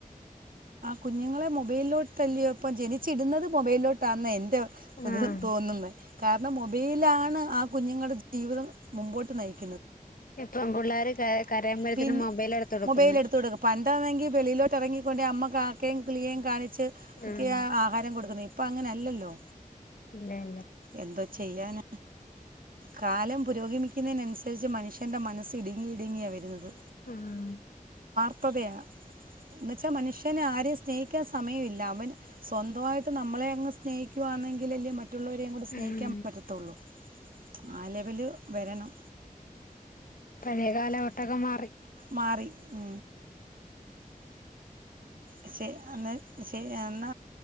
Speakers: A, on the right; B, on the left.
A: കുഞ്ഞുങ്ങളെ മൊബൈലിലോട്ട്ല്ലയോ ഇപ്പം ജനിച്ചിടുന്നത് മൊബൈലിലോട്ടാാണ് എൻ്റെ
B: ആഹ്
A: തോന്നുന്നത് കാരണം മൊബൈലാണ് ആ കുഞ്ഞുങ്ങളുടെ ജീവിതം മുമ്പോട്ട് നയിക്കുന്നത്
B: ഇപ്പം പിള്ളേര് കരയുമ്പഴത്തേനും
A: പിന്നെ
B: മൊബൈലാ എടുത്ത് കൊടുക്കുന്നെ
A: മൊബൈൽ എടുത്ത കൊടുക്ക പണ്ടാണെങ്കി വെളിയിലോട്ട് ഇറങ്ങി കൊണ്ടേ അമ്മ കാാക്കയും കുുള്ളിയും കാണിിച്ചു
B: ആഹ്
A: ഒക്കെ ആഹാരം കൊടുക്കുന്നത് ഇപ്പ അങ്ങനെല്ലല്ലോ
B: ഇല്ല ഇല്ല
A: എന്തോ ചെയ്യാന കാലം പുരോഗമിക്കുന്നതിനനുസരിച്ച് മനുഷ്യന്റെ മനസ്സ് ഇടുങ്ങി ഇടുങ്ങിയാ വരുന്നത്
B: ആഹ
A: കപ്പതയ എന്നന്ന്ുവെച്ചാൽ മനുഷ്യന ആരെയും സ്നേഹിക്കാൻ സമയ ഇില്ല അവൻ സ്വന്തമായിട്ട് നമ്മളെ അങ്ങ് സ്നേഹിക്ക ന്നെങ്കിൽല്ലേ മറ്റുള്ളവരെയും കൂ സ്നേഹിക്കാൻ
B: ആഹ്
A: പറ്റത്തുള്ളൂ ആ ലെവല് വരണം
B: മേകാല ഒട്ടൊക്കെ മാറി
A: മാറി ഉ അ എന്ന